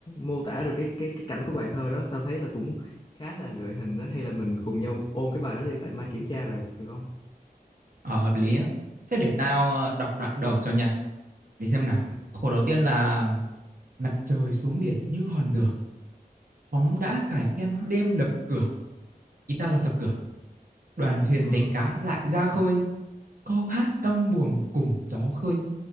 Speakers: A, on the left (about 30°); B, on the right (about 60°).
A: mô tả được cái cái cái cảnh của bài thơ đó tao thấy là cũng khá là gợi hình đó hay là mình cùng nhau ôn cái bài đó đi tại mai kiểm tra rồi được không
B: Ờ hợp lý á Thế để tao ờ, đọc đoạn đầu cho nha Để xem nào
A: ừ.
B: Khổ đầu tiên là Mặt trời xuống biển như hòn lửa Sóng đã cải thiên đêm đập cửa Ý tao là sập cửa Đoàn thuyền
A: Ờ.
B: đánh cá lại ra khơi câu hát căng buồm cùng gió khơi